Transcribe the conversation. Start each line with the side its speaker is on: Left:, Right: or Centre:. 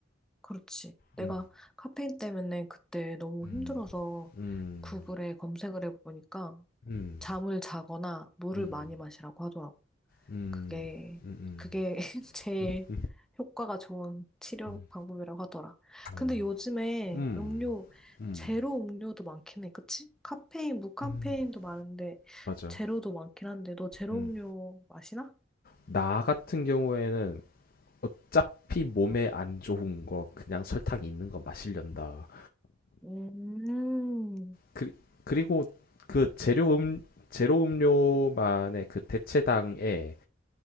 Centre: 그렇지. 내가
Left: 음,
Centre: 카페인 때문에 그때 너무
Left: 음,
Centre: 힘들어서
Left: 음,
Centre: 구글에 검색을 해보니까
Left: 음,
Centre: 잠을 자거나 물을
Left: 음,
Centre: 많이 마시라고 하더라고.
Left: 음,
Centre: 그게,
Left: 음, 음,
Centre: 그게 <laughs> 제일
Left: 음,
Centre: 효과가 좋은 치료
Left: 음,
Centre: 방법이라고 하더라.
Left: 오.
Centre: 근데 요즘에
Left: 음,
Centre: 음료,
Left: 음,
Centre: 제로 음료도 많긴 해. 그치? 카페인, 무카페인도
Left: 음.
Centre: 많은데,
Left: 맞아.
Centre: 제로도 많긴 한데, 너 제로
Left: 음.
Centre: 음료 마시나?
Left: 나 같은 경우에는 어차피 몸에 안 좋은 거 그냥 설탕 있는 거 마시련다.
Centre: 음,
Left: 그리, 그리고 그 재료 음 제로 음료만의 그 대체당에